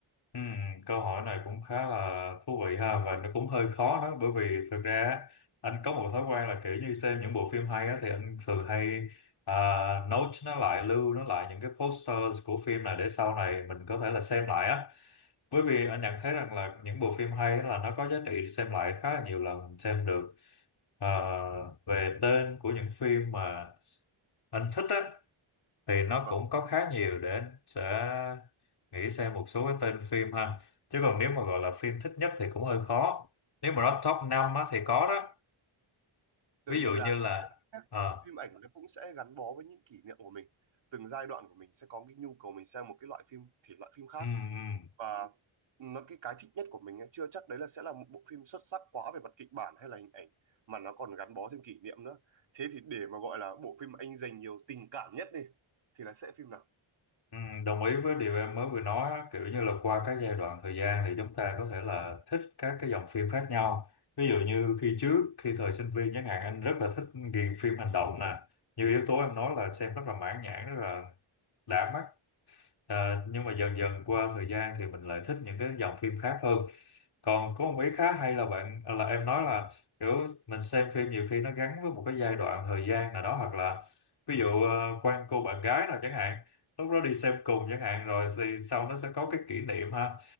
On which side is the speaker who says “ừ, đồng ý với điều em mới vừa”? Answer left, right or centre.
Left